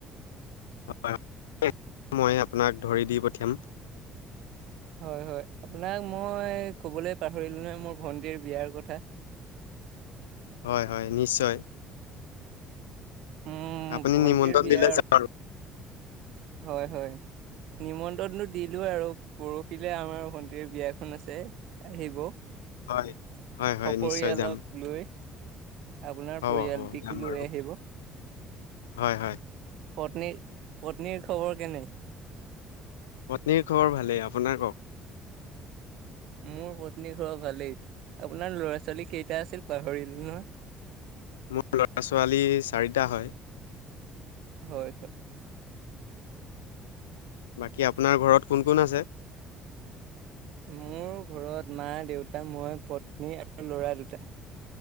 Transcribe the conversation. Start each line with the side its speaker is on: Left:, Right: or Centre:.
Left: <unintelligible> মইয়ে আপোনাক ধৰি দি পঠিয়াম
Right: হয় হয় আপোনাক মই কবলৈ পাহৰিলো নহয় মোৰ ভন্টিৰ বিয়াৰ কথা
Left: হয় হয় নিশ্চয়
Right: উম
Left: আপুনি
Right: ভন্টিৰ
Left: নিমন্ত্ৰণ
Right: বিয়া
Left: দিলে যাম আৰু
Right: হয় হয় নিমন্ত্ৰণটো দিলো আৰু পৰহিলে আমাৰ ভণ্টিৰ বিয়াখন আছে আহিব সপৰিয়ালক
Left: হয় হয় হয় নিশ্চয় যাম
Right: লৈ আপোনাৰ
Left: হ'ব
Right: পৰিয়ালটিকো
Left: হ'ব যাম
Right: লৈ
Left: বাৰু
Right: আহিব
Left: হয় হয়
Right: পত্নী পত্নীৰ খবৰ কেনে
Left: পত্নীৰ খবৰ ভালেই আপোনাৰ ক'ক
Right: মোৰ পত্নী খবৰ ভালেই আপোনাৰ ল'ৰা ছোৱালী কেইটা আছিল পাহৰিলো নহয়
Left: মোৰ ল'ৰা ছোৱালী চাৰিটা হয়
Right: হয় হয়
Left: বাকী আপোনাৰ ঘৰত কোন কোন আছে
Right: মোৰ ঘৰত মা দেউতা মই পত্নী আৰু ল'ৰা দুটা